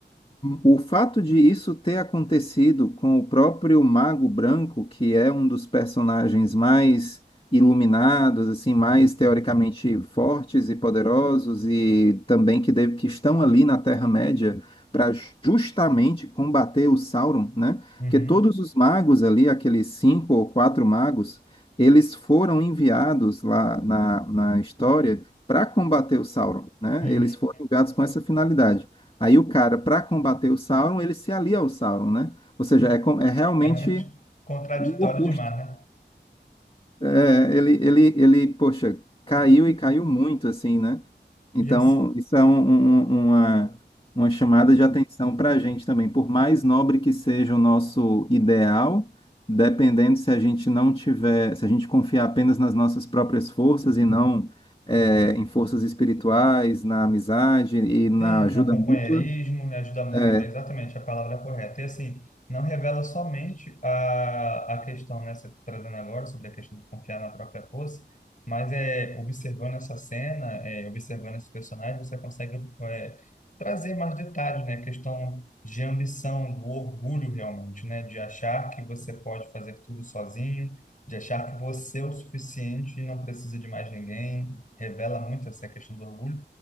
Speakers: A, on the left; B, on the left.
A: O fato de isso ter acontecido com o próprio Mago Branco, que é um dos personagens mais iluminados, assim, mais teoricamente fortes e poderosos, e também que, de- que estão ali na Terra-média para justamente combater o Sauron, né?
B: Uhum,
A: Porque todos os magos ali, aqueles cinco ou quatro magos, eles foram enviados lá na, na história para combater o Sauron, né?
B: uhum,
A: Eles foram enviados com essa finalidade. Aí o cara, para combater o Sauron, ele se alia ao Sauron, né? Ou seja,
B: uhum.
A: é, com-
B: <laughs>
A: é realmente
B: É muito contraditório
A: o oposto.
B: demais, né?
A: É, ele, ele, ele, poxa, caiu e caiu muito, assim, né? Então,
B: E assim,
A: isso é um- um- um, uma, uma chamada de atenção para a gente também. Por mais nobre que seja o nosso ideal, dependendo se a gente não tiver, se a gente confiar apenas nas nossas próprias forças e não é, em forças espirituais, na amizade e na
B: Sim,
A: ajuda
B: né, companheirismo,
A: mútua.
B: né, ajuda mútua,
A: é,
B: é exatamente a palavra é correta. E assim, não revela somente a, a questão, né, você trazendo agora sobre a questão de confiar na própria força, mas é observando essa cena, é, observando esse personagem, você consegue é, trazer mais detalhes, né, questão de ambição, do orgulho realmente, né, de achar que você pode fazer tudo sozinho, de achar que você é o suficiente e não precisa de mais ninguém, revela muito essa questão do orgulho